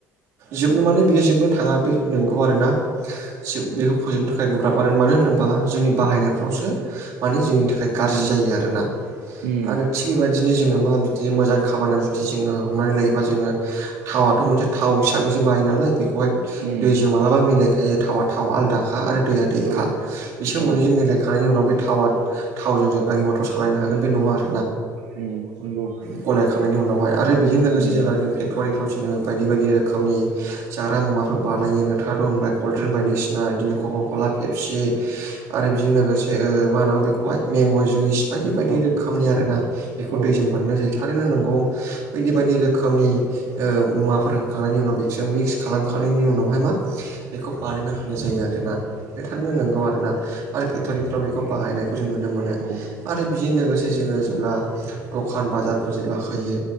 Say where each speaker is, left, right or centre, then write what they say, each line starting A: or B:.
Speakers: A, on the right (about 60°); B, on the right (about 90°).
A: जोबनो माने बियो जोबनो थाङा बे नंगौ आरोना। बेखौ फोजोबनो थाखाय गोब्राब आरो मानो होनोबा जोंनि बाहायनायफ्रावसो माने जोंनि थाखाय गाज्रि जायो आरोना।
B: उम
A: आरो थिग बेबायदिनो जोङो मा बिदिनो मोजां खामानियाव जुदि जोङो हमनानै लायोबा जोङो थावथ' मोनसे थाव हिसाबैसो बायो नालाय बेखौहाय
B: उम
A: दै जों मालाबा मिलायखायो थावा थाव आलदाखा आरो दैया दैखा
B: औ
A: बिसोर
B: औ उम
A: मोननैजों मिलायखांनायनि उनाव बे थावा थावजों जों गारि मथर सालायनो हागोन बे नङा आरो
B: उम नंगौ
A: गलायखांनायनि उनावहाय आरो बेजों लोगोसे
B: उम
A: जेलागोन फेक्ट'रिफ्राव जोंङो बायदि बायदि रोखोमनि जाग्रा मुवाफोर बानायो नोंथांङो होनबाय कल्ड्रिंक बायदिसिना
B: औ
A: बिदि खख'ला
B: औ
A: फेब खसि आरो बिजोंनो लोगोसे मा होनांगौ बेखौहाय मेंग' जुइस बायदि बायदि
B: औ
A: रोखोमनि आर ना बेखौ
B: औ
A: दैजों
B: उम
A: बानायनाय जायो थारैनो नंगौ बायदि बायदि रोखोमनि मुवाफोर होखांनायनि उनाव बेखौसो मिक्स खालामखांनायनि
B: नंगौ
A: उनावहाय मा? बेखौ बानायना होनाय जायो आरोना। नेथारनो नंगौ आरो ना आरो फेक्ट'रिफ्राव बेखौ बाहायनायखौ जों नुनो मोनो।
B: औ
A: आरो बेजों लोगोसे जोङो जेब्ला दखान बाजारफोर जेब्ला होयो